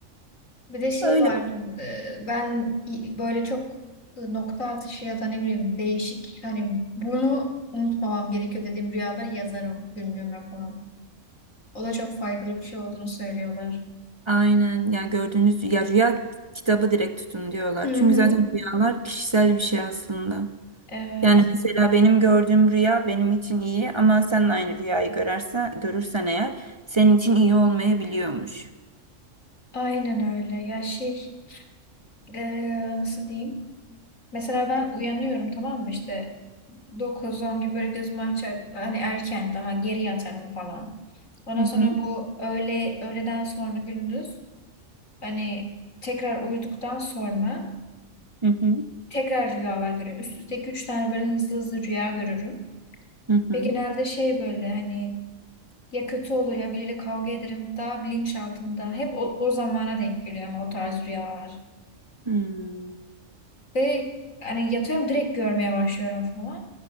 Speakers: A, on the left (about 90°); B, on the right (about 20°).
A: Bir de şey
B: Öyle.
A: var. e, Ben i- böyle çok e, nokta atışı ya da ne bileyim değişik hani bunu unutmamam gerekiyor dediğim rüyaları yazarım günlüğüme falan. O da çok faydalı bir şey olduğunu söylüyorlar.
B: Aynen yani gördüğünüz ya rüya kitabı direkt tutun diyorlar.
A: Hı
B: Çünkü
A: hı.
B: zaten rüyalar kişisel bir şey aslında.
A: Evet,
B: Yani mesela benim gördüğüm rüya benim için iyi ama sen de aynı rüyayı görürsen, görürsen eğer senin için iyi olmayabiliyormuş.
A: aynen öyle. Ya şey, eee, nasıl diyeyim? Mesela ben uyanıyorum tamam mı? İşte dokuz on gibi böyle gözümü açar, hani erken daha geri yatarım falan. Ondan
B: Hı hı,
A: sonra bu öğle, öğleden sonra gündüz hani tekrar uyuduktan sonra
B: hı hı,
A: tekrar rüyalar görüyorum. Üst üste 3 tane böyle hızlı hızlı rüya görürüm.
B: hı hı.
A: Ve genelde şey böyle hani Ya kötü olur ya biriyle kavga ederim. Daha bilinçaltımda. Hep o, o zamana denk geliyor ama o tarz rüyalar.
B: Hmm,
A: Ve hani yatıyorum direkt görmeye başlıyorum falan.